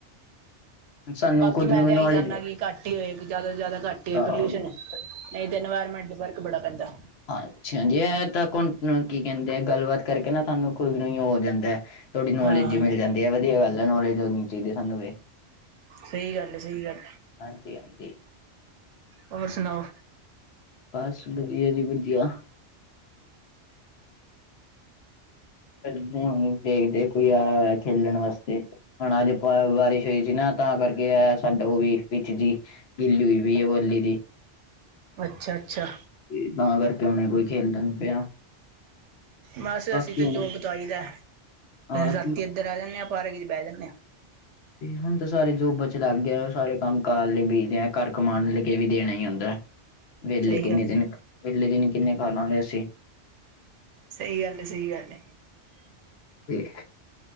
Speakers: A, on the left; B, on the right.
A: ਸਾਨੂੰ
B: ਬਾਕੀ
A: ਖੁਦ
B: ਮੈਂ
A: ਨੂੰ
B: ਤੇ
A: ਨੌਲੇਜ
B: ਇਹੀ ਚਾਨਾ ਕਿ ਘੱਟ ਹੀ ਹੋਏ ਜਿਆਦਾ ਤੋਂ ਜਿਆਦਾ ਘੱਟ ਏਅ
A: ਹਾਂਜੀ
B: ਪੋਲਿਊਸ਼ਨ ਨਹੀਂ ਤਾਂ ਇਨਵਾਇਰਮੈਂਟ ਦਾ ਫ਼ਰਕ ਬੜਾ ਪੈਂਦਾ
A: ਅੱਛਾ ਹਾਂ ਜੀ ਇਹ ਤਾਂ ਕੀ ਕਹਿੰਦੇ ਆ ਗੱਲਬਾਤ ਕਰਕੇ ਨਾ ਤੁਹਾਨੂੰ ਖੁਦ ਨੂੰ ਹੀ ਹੋ ਜਾਂਦਾ ਹੈ। ਥੋੜੀ ਨੌਲੇਜ
B: ਹਾਂ
A: ਜੀ ਮਿਲ ਜਾਂਦੀ ਹੈ ਵਧੀਆ ਗੱਲ ਹੈ ਨੌਲੇਜ ਹੋਣੀ ਚਾਹੀਦੀ ਸਾਨੂੰ ਵੀ
B: ਸਹੀ ਗੱਲ ਹੈ ਸਹੀ ਗੱਲ
A: ਹਾਂਜੀ ਹਾਂਜੀ
B: ਹੋਰ ਸੁਣਾਓ
A: ਬਸ ਵਧੀਆ ਜੀ ਵਧੀਆ ਫੇਰ ਹੁਣ ਦੇਖਦੇ ਕੋਈ ਆਇਆ ਖੇਲਣ ਵਾਸਤੇ ਹੁਣ ਅੱਜ ਬਾਰਿਸ਼ ਹੋਈ ਸੀ ਨਾ ਤਾਂ ਕਰਕੇ ਆ ਸਾਡਾ ਉਹ ਵੀ ਭਿੱਜ ਗਈ ਗਿੱਲੀ ਵੀ ਬਲੀ ਦੀ
B: ਅੱਛਾ ਅੱਛਾ
A: ਤੇ ਤਾਂ ਕਰਕੇ ਹੁਣੇ ਕੋਈ ਖੇਲਦਾ ਨੀ ਪਿਆ
B: ਬਸ
A: ਬਾਕੀ
B: ਅਸੀਂ ਤਾਂ
A: ਹੁਣ
B: ਜੋਬ ਤੋਂ ਆਈ ਦਾ
A: ਹਾਂ
B: ਰਾਤੀ ਇੱਧਰ ਆ ਜਾਨੇ ਆ, ਪਾਰਕ ਚ ਬਹਿ ਜਾਨੇ ਆ,
A: <inaudible> ਤੇ ਹੁਣ ਤਾਂ ਸਾਰੇ ਜੋ ਬਚਣ ਲੱਗ ਗਏ ਉਹ ਸਾਰੇ ਕੰਮ ਕਾਰ ਲਈ ਬੀਜ ਆ ਘਰ ਕਮਾਉਣ ਲਗੇ ਵੀ ਦੇਣਾ ਹੀ ਹੁੰਦਾ ਵਿਹਲੇ
B: ਸਹੀ
A: ਕਿੰਨੇ
B: ਗੱਲ
A: ਦਿਨ
B: ਹੈ
A: ਵਿਹਲੇ ਦਿਨ ਕਿੰਨੇ ਖਾ ਲਾਂਗੇ ਅਸੀਂ।
B: ਸਹੀ ਗੱਲ ਹੈ ਸਹੀ ਗੱਲ ਹੈ
A: ਤੇ